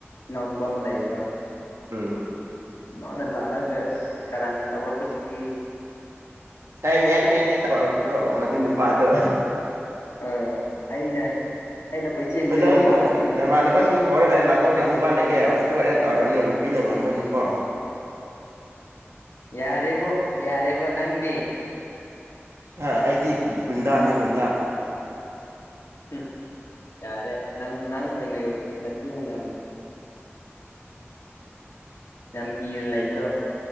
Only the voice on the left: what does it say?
ꯏꯅꯥꯎꯅꯨꯄꯥ ꯑꯃ ꯂꯩꯕ
ꯃꯥꯅꯂꯥꯛꯑ ꯑꯒ ꯀꯔꯟ ꯇꯧꯔꯛꯄꯁꯤꯗꯤ
ꯑ ꯑꯩꯅ ꯑꯩꯅ ꯀꯣꯏꯆꯦꯟ ꯆꯦꯟꯕ
ꯃꯥꯅ ꯑꯗꯨꯝ
ꯌꯥꯔꯦꯕꯣ ꯌꯥꯔꯦꯕꯣ ꯅꯪꯗꯤ
ꯍꯝ ꯌꯥꯔꯦ ꯅꯪ ꯅꯪ ꯑꯣꯏꯅ ꯅꯥꯇꯨ ꯌꯥꯝ ꯌꯥꯝ ꯀꯤꯔ ꯂꯩꯕꯗꯣ